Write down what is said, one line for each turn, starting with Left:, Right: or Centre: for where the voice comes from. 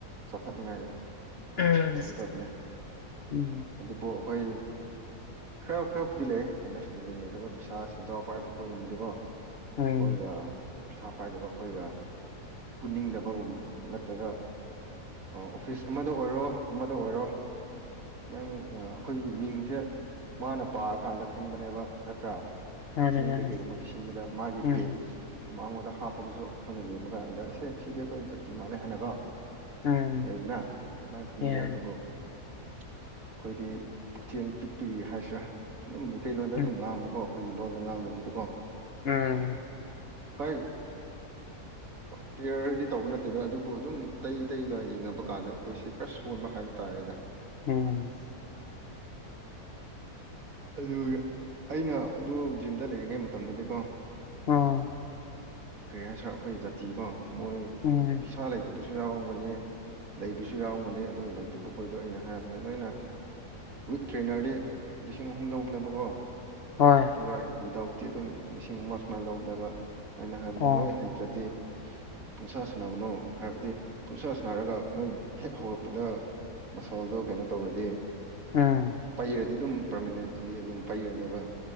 Right: ꯆꯥꯎꯈꯠꯅꯤꯉꯥꯏ
Left: ꯎꯝ
Right: ꯇꯧꯒꯗꯕꯅꯦ
Left: ꯎꯝ
Right: ꯑꯗꯨꯕꯨ ꯑꯩꯈꯣꯏ, ꯈꯔ ꯈꯔꯕꯨꯗꯤ ꯂꯩꯌꯦ ꯑꯟꯗꯔꯁꯇꯦꯟꯗꯤꯡ ꯂꯩꯇꯕ ꯄꯩꯁꯥ ꯁꯦꯟꯖꯥꯎ ꯄꯥꯏꯕ ꯈꯣꯏꯒꯨꯝꯕꯗꯤꯀꯣ꯫ ꯑꯩꯈꯣꯏꯒ
Left: ꯎꯝ
Right: ꯄꯩꯁꯥ ꯄꯥꯏꯗꯕ ꯑꯩꯈꯣꯏꯒ ꯄꯨꯅꯤꯡꯗꯕꯒꯨꯝ ꯅꯠꯇ꯭ꯔꯒ, ꯑꯣꯐꯤꯁ ꯑꯃꯗ ꯑꯣꯏꯔꯣ, ꯑꯃꯗ ꯑꯣꯏꯔꯣ꯫ ꯅꯪ ꯑꯩꯈꯣꯏꯒꯤ ꯃꯤꯡꯁꯦ ꯃꯥꯅ ꯄꯥꯔꯀꯥꯟꯗ ꯈꯪꯕꯅꯦꯕ ꯅꯠꯇ꯭ꯔꯥ?
Left: ꯃꯥꯅꯦ
Right: ꯆꯦ
Left: ꯃꯥꯅꯦ
Right: ꯀꯩ ꯀꯩꯒꯨꯝꯕ ꯄꯤꯁꯤꯟꯕꯗ ꯃꯥꯒꯤ
Left: ꯎꯝ
Right: ꯕꯦꯠ ꯃꯉꯣꯟꯗ ꯍꯥꯞꯄꯗꯨꯁꯨ ꯑꯩꯈꯣꯏꯅ ꯌꯦꯡꯕ ꯀꯥꯟꯗ ꯑꯁꯦ ꯁꯤꯗꯤ ꯑꯩꯈꯣꯏ ꯖꯥꯇꯤ ꯃꯥꯜꯂꯦ ꯍꯥꯏꯅꯀꯣ꯫
Left: ꯎꯝ
Right: ꯂꯩꯗꯅ ꯑꯗꯨꯃꯥꯏꯅ ꯈꯟꯕꯅꯦ
Left: ꯌꯥꯏ
Right: ꯑꯗꯨꯕꯨ, ꯑꯩꯈꯣꯏꯗꯤ ꯄꯨꯛꯆꯦꯟ ꯄꯤꯛꯄꯒꯤ ꯍꯥꯏꯁꯤꯔꯥ ꯑꯗꯨꯝ ꯃꯩꯇꯩꯂꯣꯟꯗ
Left: ꯎꯝ
Right: ꯑꯗꯨꯝ ꯉꯥꯡꯕ ꯀꯣ ꯑꯩꯈꯣꯏꯒꯤ ꯂꯣꯟꯗ ꯉꯥꯡꯗꯕꯤꯗ ꯀꯣ꯫
Left: ꯎꯝ
Right: ꯍꯣꯏ ꯀꯝꯄꯤꯌꯔꯗꯤ ꯇꯧꯕ ꯅꯠꯇꯦꯗ ꯑꯗꯨꯕꯨ ꯑꯗꯨꯝ ꯑꯇꯩ ꯑꯇꯩꯒ ꯌꯦꯡꯅꯕ ꯀꯥꯟꯗ ꯑꯩꯈꯣꯏꯁꯦ ꯈꯔ ꯁꯣꯟꯕ ꯍꯥꯏꯕ ꯇꯥꯔꯦꯗ꯫
Left: ꯎꯝ
Right: ꯑꯗꯨꯒ ꯑꯩꯅ ꯑꯗꯨ ꯖꯤꯝꯗ ꯂꯩꯔꯤꯉꯩ ꯃꯇꯝꯗꯗꯤꯀꯣ,
Left: ꯎꯝ
Right: ꯀꯔꯤ ꯍꯥꯏꯁꯤꯔ ꯑꯩꯈꯣꯏ ꯖꯥꯇꯤꯀꯣ ꯃꯣꯏ
Left: ꯎꯝ
Right: ꯄꯩꯁꯥ ꯂꯩꯇꯕꯁꯨ ꯌꯥꯎꯔꯝꯒꯅꯤ꯫ ꯂꯩꯕꯁꯨ ꯌꯥꯎꯔꯝꯒꯅꯤ ꯑꯗꯨ ꯂꯩꯇꯕ ꯈꯣꯏꯗꯣ ꯑꯩꯅ ꯍꯥꯏꯔꯝꯕꯅꯦ ꯅꯣꯏꯅ ꯋꯤꯠ ꯇ꯭ꯔꯦꯅꯔꯗꯤ ꯂꯤꯁꯤꯡ ꯑꯍꯨꯝ ꯂꯧꯕꯅꯦꯅꯕꯀꯣ꯫
Left: ꯍꯣꯏ
Right: ꯑꯗꯨꯒ ꯋꯤꯗꯥꯎꯠꯇꯤ ꯑꯗꯨꯝ ꯂꯤꯁꯤꯡ ꯑꯃ ꯁꯨꯃꯥꯏꯅ ꯂꯧꯕꯅꯦꯕ ꯑꯩꯅ ꯍꯥꯏꯕꯗꯤ
Left: ꯑꯣ
Right: ꯅꯣꯏ ꯍꯩꯇ꯭ꯔꯗꯤ ꯄꯨꯡꯁꯥ ꯁꯥꯟꯅꯒꯅꯨ ꯍꯥꯏꯕꯗꯤ ꯄꯨꯡꯁꯥ ꯁꯥꯟꯅꯔꯒ ꯅꯣꯏ ꯍꯦꯛ ꯍꯧꯔꯛꯄꯗ ꯃꯁꯜꯗꯣ ꯀꯩꯅꯣ ꯇꯧꯔꯗꯤ
Left: ꯎꯝ
Right: ꯄꯩꯔꯗꯤ ꯑꯗꯨꯝ ꯄꯔꯃꯅꯦꯟꯠꯂꯤ ꯑꯗꯨꯝ ꯄꯩꯔꯅꯦꯕ